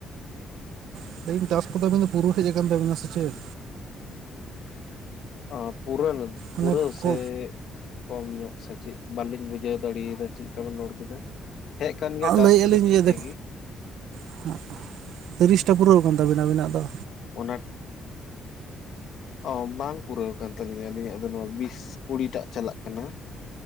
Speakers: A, on the right; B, on the left.
A: ᱤᱧ ᱞᱟᱹᱭ ᱮᱫᱟ, ᱴᱟᱥ ᱠᱚ ᱫᱚ ᱛᱟᱵᱤᱱ ᱯᱩᱨᱟᱹᱣ ᱦᱮᱡ ᱟᱠᱟᱱ ᱛᱟᱹᱵᱤᱱᱟ ᱥᱮ ᱪᱮᱫ?
B: ᱚ ᱯᱩᱨᱟᱱ
A: ᱚᱱᱮ
B: ᱯᱩᱨᱟᱹᱣ ᱥᱮᱼᱼ
A: ᱠᱚ
B: ᱠᱚᱢ ᱧᱚᱜ ᱥᱮ ᱪᱮᱫ? ᱵᱟᱹᱞᱤᱧ ᱵᱩᱡᱷᱟᱹᱣ ᱫᱟᱲᱮᱭᱟᱫᱟ ᱪᱮᱫ ᱞᱮᱠᱟ ᱵᱮᱱ ᱨᱚᱲ ᱠᱮᱫᱟ? ᱦᱮᱡ ᱟᱠᱟᱱ ᱜᱮᱭᱟ ᱴᱟᱥ
A: ᱞᱟᱹᱭᱮᱫᱼᱟ
B: ᱠᱚᱫᱚ
A: ᱞᱤᱧ
B: ᱴᱷᱤᱠᱮ
A: ᱡᱮ
B: ᱜᱮ᱾
A: <inaudible> ᱛᱤᱨᱤᱥᱴᱟ ᱯᱩᱨᱟᱹᱣ ᱠᱟᱱ ᱛᱟᱵᱤᱱᱟ ᱟᱵᱤᱱᱟᱜ ᱫᱚ?
B: ᱚᱱᱟᱼᱼ ᱚ ᱵᱟᱝ ᱯᱩᱨᱟᱹᱣ ᱠᱟᱱ ᱛᱟᱹᱞᱤᱧᱟ ᱟᱹᱞᱤᱧᱟᱜ ᱫᱚ ᱱᱚᱣᱟ ᱵᱤᱥ ᱠᱩᱲᱤ ᱴᱟᱜ ᱪᱟᱞᱟᱜ ᱠᱟᱱᱟ᱾